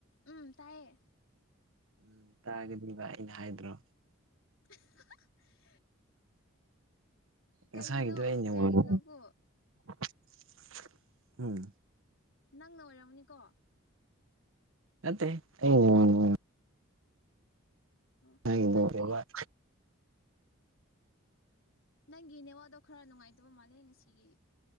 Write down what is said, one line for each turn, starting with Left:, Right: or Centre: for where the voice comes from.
Left: ꯎꯝ ꯇꯥꯏꯌꯦ
Right: ꯎꯝ ꯇꯥꯒꯗꯤꯕ ꯑꯩꯅ ꯍꯥꯏꯗ꯭ꯔꯣ
Left: <unintelligible>
Right: ꯉꯁꯥꯏꯒꯤꯗꯨ
Left: ꯀꯩꯒꯤꯅꯣ
Right: ꯑꯩ ꯅꯦꯠꯋꯥ꯭ꯔꯛꯅ
Left: ꯀꯩꯒꯤꯅꯣꯀꯣ
Right: <unintelligible> ꯎꯝ
Left: ꯅꯪꯅ ꯑꯣꯏꯔꯝꯃꯅꯤꯀꯣ
Right: ꯅꯠꯇꯦꯍꯦ ꯑꯩ <unintelligible>
Left: ꯑꯣ
Right: ꯉꯥꯡꯕ
Left: ꯅꯪꯒꯤ ꯅꯪꯒꯤ ꯅꯦꯠꯋꯥ꯭ꯔꯛꯇꯣ ꯈꯔ ꯅꯨꯡꯉꯥꯏꯇꯕ ꯃꯥꯜꯂꯦ ꯉꯁꯤꯒꯤ